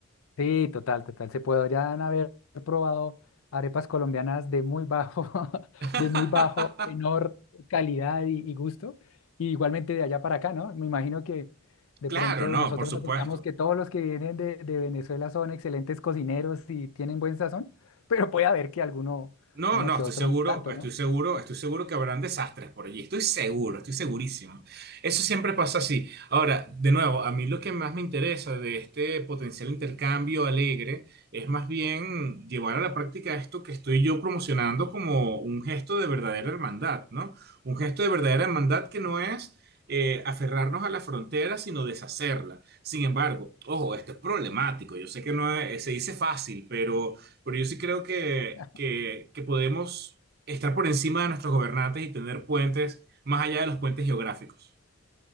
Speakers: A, on the left; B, on the right.
A: Sí, total, total. Se podrían haber probado arepas colombianas de muy bajo, <laughs>
B: <laughs>
A: de muy bajo, menor calidad y, y gusto. Y igualmente de allá para acá, ¿no? Me imagino que de
B: Claro,
A: pronto
B: no,
A: nosotros
B: por supuesto.
A: asociamos que todos los que vienen de, de Venezuela son excelentes cocineros y tienen buen sazón, pero puede haber que alguno,
B: No,
A: uno
B: no,
A: que
B: estoy
A: otro
B: seguro,
A: no tanto,
B: estoy
A: ¿no?
B: seguro, estoy seguro que habrán desastres por allí. Estoy seguro, estoy segurísimo. Eso siempre pasa así. Ahora, de nuevo, a mí lo que más me interesa de este potencial intercambio alegre es más bien llevar a la práctica esto que estoy yo promocionando como un gesto de verdadera hermandad, ¿no? Un gesto de verdadera hermandad que no es eh, aferrarnos a la frontera, sino deshacerla. Sin embargo, ojo, esto es problemático. Yo sé que no es- se dice fácil, pero... Pero yo sí creo que,
A: <laughs>
B: que, que podemos estar por encima de nuestros gobernantes y tener puentes más allá de los puentes geográficos.